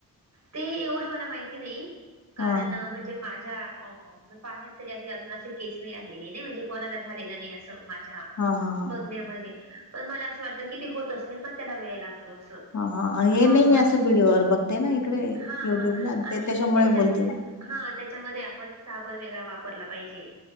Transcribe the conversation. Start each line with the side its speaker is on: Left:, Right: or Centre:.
Right: ते एवढं मला माहिती नाही. कारण
Left: हा
Right: म्हणजे माझ्या ऑ ऑ- <unintelligible> पाहण्यात तरी अशी अजून असे केस नाही आलेली नाहीए ना म्हणजे कोणाला झालेलं नाही असं माहि- -झ्या
Left: हा हा हा
Right: बघण्यामध्ये. पण मला असं वाटतं कि ते होत असेल पण त्याला वेळ लागतो. त अस.
Left: हा हे
Right: हा
Left: नाही मी
Right: म
Left: असं व्हिडिओवर बघते ना इकडे
Right: हा.
Left: युट्यूबला
Right: हा. आणि
Left: ते त्याच्यामुळे
Right: त्याच्यात-
Left: बोलते
Right: हा. त्याच्यामध्ये आपण साबण वेगळा वापरला पाहिजे.